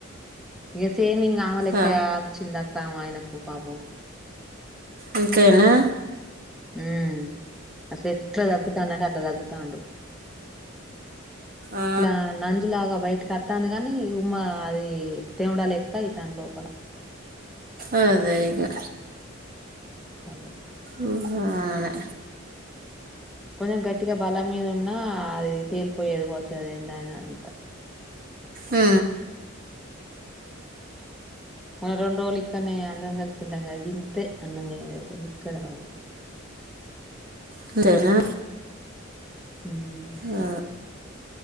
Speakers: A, in the centre; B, on the right.
A: ఏసి సేమింగ ఆమలెక్క
B: ఆ,
A: వచ్చిందా కావయినకు పాపం
B: అంతేనా
A: ఊ అసే ఎట్ల తగ్గుతండంటే అట్ల దగ్గుతాండు
B: ఆ,
A: ఇట్లా నంజులాగా బయట కత్తండు గాని మ్మా అది తేమడ లెక్క ఐతంది లోపల
B: అదేగా
A: అదే
B: ఉ ఆదే
A: కొంచెం గట్టిగా బలం మీద ఉన్నా అది తేలిపోయేదికావచ్చు అది ఏందయ్నా అంత
B: ఆ
A: ఆ రోండ్రోజులు ఇక్కనే అందరం గలిసి తింటాం కదా గిప్ అంతే అన్నడిన్నదయితే బుక్కడే మళ్ల
B: అంతేనా
A: ఉమ్
B: ఆ